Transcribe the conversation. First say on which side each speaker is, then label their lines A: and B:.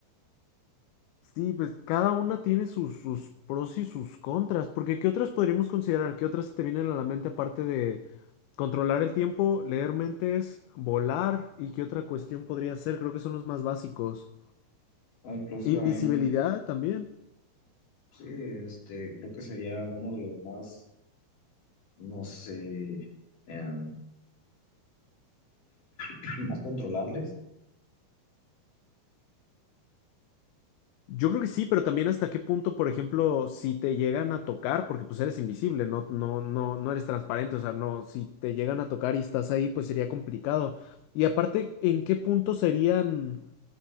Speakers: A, on the left (about 80°); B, on the left (about 55°).
A: Sí, pues cada una tiene sus, sus pros y sus contras, porque ¿qué otras podríamos considerar? ¿Qué otras se te vienen a la mente aparte de controlar el tiempo, leer mentes, volar? ¿Y qué otra cuestión podría ser? Creo que son los más básicos.
B: O incluso
A: Invisibilidad
B: también,
A: también.
B: sí, este, creo que sería uno de los más, no sé, em, <clears throat> más controlables.
A: Yo creo que sí, pero también hasta qué punto, por ejemplo, si te llegan a tocar, porque pues eres invisible, no, no, no, no eres transparente, o sea, no, si te llegan a tocar y estás ahí, pues sería complicado. Y aparte, ¿en qué punto serían?